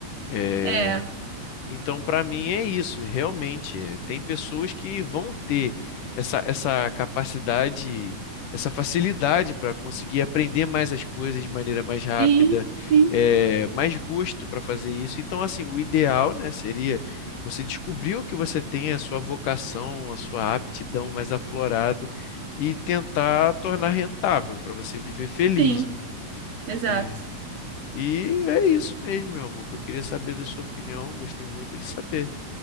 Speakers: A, on the left; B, on the right.
A: É,
B: É,
A: Então, para mim é isso, realmente. Tem pessoas que vão ter essa, essa capacidade, essa facilidade para conseguir aprender mais as coisas de maneira mais rápida,
B: sim, sim,
A: eh, mais gosto para fazer isso. Então, assim, o ideal, né, seria você descobrir o que você tem, a sua vocação, a sua aptidão mais aflorada e tentar tornar rentável para você viver feliz,
B: sim,
A: né?
B: exato.
A: É. E é isso mesmo, meu amor, que eu queria saber da sua opinião. Gostei muito de saber.